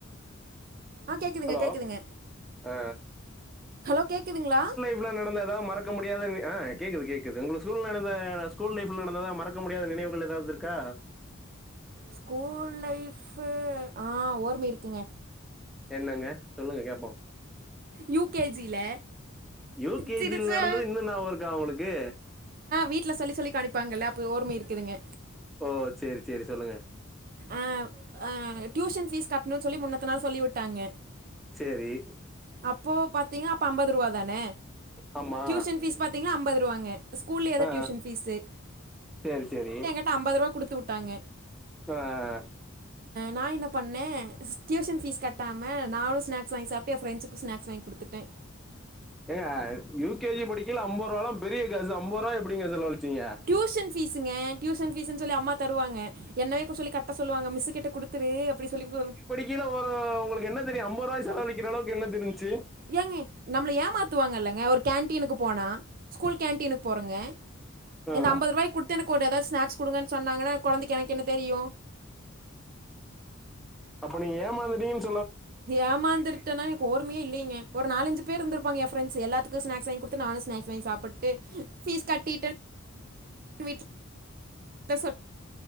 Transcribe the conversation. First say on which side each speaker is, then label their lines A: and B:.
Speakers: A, on the right; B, in the centre.
A: ஆ கேக்குதுங்க
B: ஹலோ
A: கேக்குதுங்க
B: ஆ
A: ஹலோ கேக்குதுங்களா
B: ஸ்கூல நடந்த எதாவ் மறக்க முடியாதுனு அ கேக்குது கேக்குது உங்க ஸ்கூல்ல நடந்த ஸ்கூல் லைஃப்ல நடந்ததா மறக்க மறக்க முடியாத நினைவுகள் எதாவ்து இருக்கா
A: ஸ்கூல் லைஃப்பு ஆ ஓர்மி இருக்குங்க
B: என்னங்க சொல்லுங்க கேப்போ
A: யூ கே ஜி ல
B: யூ கே
A: சிரிச்சா
B: ஜி ல நடந்தது இன்னு ஞாபகம் இருக்கா உங்களுக்கு
A: வீட்ல சொல்லி சொல்லி கணிப்பாங்கல்ல அப்ப ஓரீமி இருக்குதுங்க
B: ஓ சேரி சேரி சொல்லுங்க
A: ஆ டியூஷன் ஃபீஸ் கட்ணுன் சொல்லி முன்னத்த நாள் சொல்லி உட்டாங்க
B: சேரி
A: அப்போ பாத்தீங்கன்னா அப்ப அம்பது ருவா தான
B: ஆமா
A: டியூசன் ஃபீஸ் பாத்தீங்கனா அம்பது ருவா ங்க ஸ்கூலெயே தா
B: ஆ
A: டியூஷன் ஃபீஸ்ஸு
B: சேரி சேரி
A: அப்பா அம்பது ருவா குடுத்து உட்டாய்ங்க
B: ஆ ஆ ஆ
A: நா என்ன பண்ணே டியூஷன் ஃபீஸ் கட்டாம நானு ஸ்நாக்ஸ் வாங்கி சாப்ட்டு ஏ ஃப்ரெண்ட்ஸுக்கும் ஸ்நாக்ஸ் வாங்கி குடுத்துட்டே
B: ஏங்க யூ கே ஜி படிக்கைல்ல அம்பொர்வாலா பெரிய காசு அம்பொர்வாயா எப்பிடிங்க செல வளிச்சீங்க
A: டியூஷன் ஃபீஸுங்க டியூஷன் ஃபீஸ்ன்னு சொல்லி அம்மா தருவாங்க என்னவே குக் சொல்லி கட்ட சொல்லுவாங்க மிஸ்ஸு கிட்ட குடுத்துரு அப்டி சொல்லி கு
B: கீழ ஒரு உங்களுக்கு என்ன தெரியு அம்பொர்வா செலவு விக்கிற அளவுக்கு என்ன தெருந்ச்சு
A: ஏங்க நம்மள ஏமாத்துவாங்க இல்லங்க ஒரு கேன்டீன்க்கு போனா ஸ்கூல் கேன்டீன்க்கு போறொங்க
B: ஆ
A: இந்த அம்பர்ரூவாய்க் குடுத்து எனக்கு ஒரு எதாவ்து ஸ்நேக்ஸ் குடுங்கன்னு சொன்னாங்கன்னா கொழந்தெக்கு எனக்கு என்ன தெரியு
B: அப்ப நீங்க ஏமாந்துட்டீங் சொ
A: ஏமாந்திரு ட்டனா இப்ப கோருமியே இல்லங்க ஒரு நாலஞ்சு பேர் இருந்திருப்பாங்க ஏ ஃப்ரெண்ட்ஸுஎல்லாத்துக்கு ஸ்நேக்ஸ் வாங்கி குடுத்து நானு ஸ்நேக்ஸ் வாங்கி சாப்புட்டு ஃபீஸ் கட்டிட்டன் வீட் ல சொல்